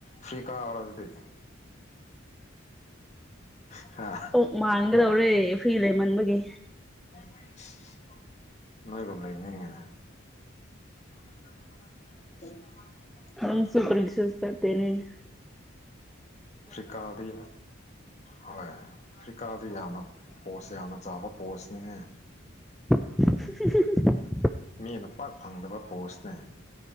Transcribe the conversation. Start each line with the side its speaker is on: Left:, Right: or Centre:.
Left: ꯐ꯭ꯔꯤ ꯀꯥꯎꯔꯣ ꯑꯗꯨꯗꯤ ꯍꯥ
Centre: ꯑꯣꯛ ꯃꯥꯟꯒꯗꯧꯔꯦ ꯐ꯭ꯔꯤ ꯂꯩꯃꯟꯕꯒꯤ
Left: <unintelligible> ꯃꯣꯏꯒꯨꯝ ꯂꯩꯅꯤꯡꯉꯤꯗ <unintelligible> <unintelligible>
Centre: ꯅꯪꯁꯨ <unintelligible> ꯅꯠꯇꯦꯅꯦ <inaudible>
Left: ꯑꯐ꯭ꯔꯤꯀꯥꯗꯤ ꯍꯥꯏ ꯐ꯭ꯔꯤꯀꯥꯗ ꯌꯥꯝꯅ ꯄꯣꯁ ꯌꯥꯝꯅ ꯆꯥꯎꯕ ꯄꯣꯁꯅꯤꯍꯦ
Centre: ꯍꯨꯝ ꯍꯨꯝ ꯍꯨꯝ
Left: ꯃꯤꯅ ꯄꯥꯛ ꯐꯪꯗꯕ ꯄꯣꯁꯅꯦ